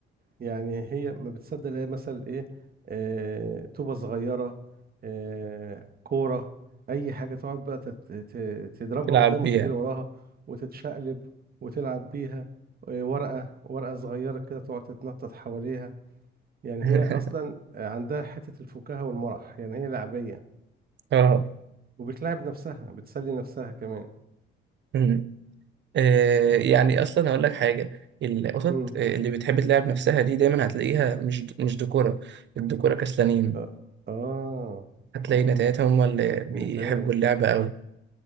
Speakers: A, on the right; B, on the right.
A: يعني هي ما بتصدق هي مثلا ايه آه... طوبه صغيره آه... كوره اي حاجه تقعد بقى تت... ت... تضربها
B: تلعب
A: قدام
B: بيها
A: وتجري وراها وتتشقلب وتلعب بيها آه... ورقه ورقه صغيره كده تقعد تتنطط حواليها يعني
B: <laughs>
A: هي اصلا عندها حته الفكاهه والمرح يعني هي لعبيه
B: اه
A: وبتلاعب نفسها بتسلي نفسها كمان
B: مم. آه،
A: اه
B: يعني اصلا هقول لك حاجه القطط
A: امم
B: آه، اللي بتحب تلعب نفسها دي دايما هتلاقيها مش مش دكوره الدكوره كسلانين
A: اه اه
B: هتلاقي
A: آه.
B: نتايتهم هم اللي بيحبوا
A: نتاية
B: اللعبه قوي